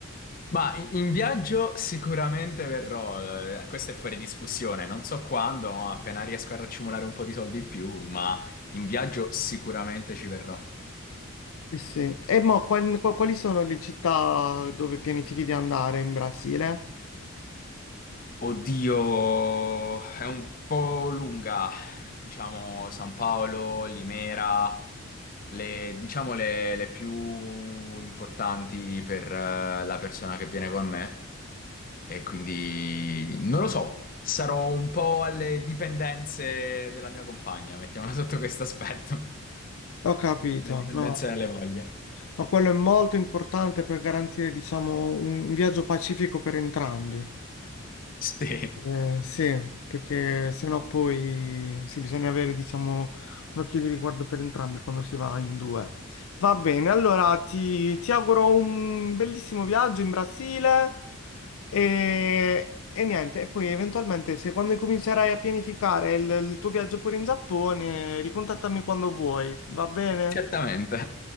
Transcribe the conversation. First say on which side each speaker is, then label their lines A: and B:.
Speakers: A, on the left (about 40°); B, on the left (about 75°).
A: Ma in, in viaggio sicuramente verrò, eh, questo è fuori discussione, non so quando, ma appena riesco a raccimolare un po' di soldi in più, ma in viaggio sicuramente ci verrò.
B: Sì, sì. E mo, qual- qual- quali sono le città dove pianifichi di andare in Brasile?
A: Oddio, è un po' lunga, diciamo San Paolo, Limera, le, diciamo le, le più importanti per eh, la persona che viene con me e quindi non lo so, sarò un po' alle dipendenze della mia compagna, mettiamola <laughs> sotto questo aspetto,
B: Ho capito,
A: le dipendenze
B: no.
A: delle voglie.
B: Ma quello è molto importante per garantire, diciamo, un un viaggio pacifico per entrambi.
A: Sì,
B: Eh, sì, perché sennò poi sì, bisogna avere, diciamo, un occhio di riguardo per entrambi quando si va in due. Va bene, allora ti, ti auguro un bellissimo viaggio in Brasile e, e niente, e poi eventualmente se quando comincerai a pianificare il, il tuo viaggio pure in Giappone, ricontattami quando vuoi, va bene?
A: certamente.